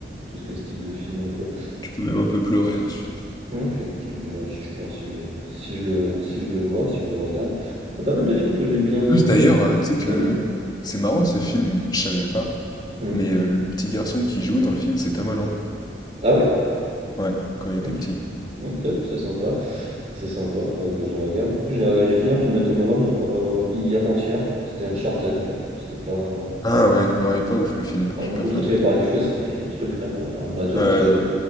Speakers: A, on the right; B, on the left.
A: tout ce qui est ce type de film un peu.
B: Tu peux même un peu pleurer dans ce film.
A: Ok, bah, je te dirai si je pleure, si je le, si je le, si je le vois, si je le regarde. Il y a pas mal de films que j'ai bien
B: En
A: aimés.
B: plus, d'ailleurs, euh, tu sais
A: Ouais,
B: que
A: dis-moi.
B: c'est marrant ce film, je savais pas.
A: Mhm.
B: Mais euh, le petit garçon qui joue dans le film, c'est Tom Holland.
A: Ah ouais?
B: Ouais, quand il était
A: Ok.
B: petit.
A: Ok, c'est sympa. C'est sympa, faudrait que je regarde. En plus, j'ai j'ai fini un film de Tom Holland il y a pas, hi- avant-hier. C'était Uncharted. j'ai- C'était pas,
B: Ah ouais, ouais, pas ouf le film,
A: Ah,
B: je suis
A: beaucoup
B: pas fan.
A: trop tiré par les cheveux, c'est des trucs, frère. Un bateau
B: Ouais,
A: qui se fait,
B: non.